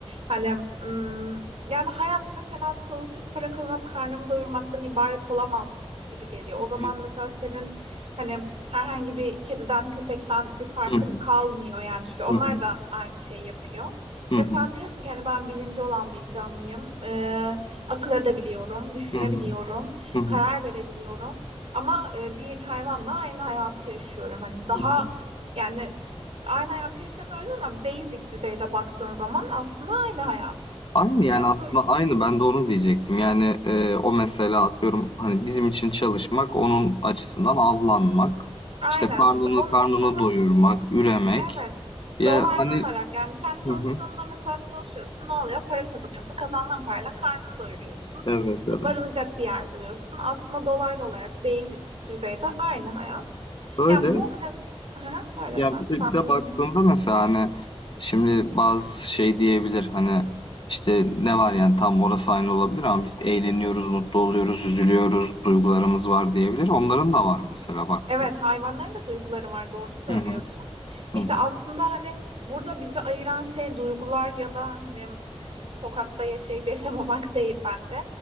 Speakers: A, on the right (about 65°); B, on the left (about 50°).
A: hani mm, yani hayat mesela çalışıp para kazanıp karnımı doyurmaktan ibaret olamazmış gibi geliyor.
B: hı,
A: O zaman mesela senin hani herhangi bir kediden köpekten bir farkın
B: hı hı,
A: kalmıyor yani çünkü onlar
B: hı hı.
A: da aynı şey yapıyor.
B: Hı
A: Ve
B: hı.
A: sen diyorsun ki hani ben bilinci olan bir canlıyım, Ee, akıl edebiliyorum, düşünebiliyorum,
B: Hı hı. Hı hı.
A: karar verebiliyorum. Ama e, bir hayvanla aynı hayatı yaşıyorum. Hani daha
B: Hı hı.
A: yani aynı hayatı yaşamıyoruz ama basic düzeyde baktığın zaman aslında aynı hayat.
B: Aynı, yani,
A: Ve
B: aslında
A: bu
B: aynı. Ben de onu diyecektim. Yani, eee, o mesela atıyorum, hani, bizim için çalışmak, onun açısından avlanmak,
A: aynen
B: işte, karnını
A: işte on
B: karnını
A: Aha,
B: doyurmak, üremek.
A: evet
B: Ya,
A: dolaylı
B: hani
A: olarak yani sen çalıştığında
B: Hı hı.
A: mesela çalışıyorsun ne oluyor? Para kazanıyorsun. Kazandığın parayla karnını doyuruyorsun.
B: Evet, evet.
A: Barınacak bir yer buluyorsun. Aslında dolaylı olarak basic düzeyde aynı hayat.
B: Öyle.
A: Yani bu mesela söylesen
B: Ya, bir de
A: ben
B: bir de
A: bölmeyeyim.
B: baktığında mesela, hani, şimdi bazı şey diyebilir, hani, işte, ne var, yani, tam orası aynı olabilir ama biz eğleniyoruz, mutlu oluyoruz, üzülüyoruz, duygularımız var diyebilir. Onların da var mesela baktığında.
A: Evet, hayvanların da duyguları var, doğru söylüyorsun.
B: Hı hı.
A: İşte
B: Hı hı.
A: aslında hani burada bizi ayıran şey duygular ya da hani mm, sokakta yaşayıp <laughs> yaşamamak değil bence.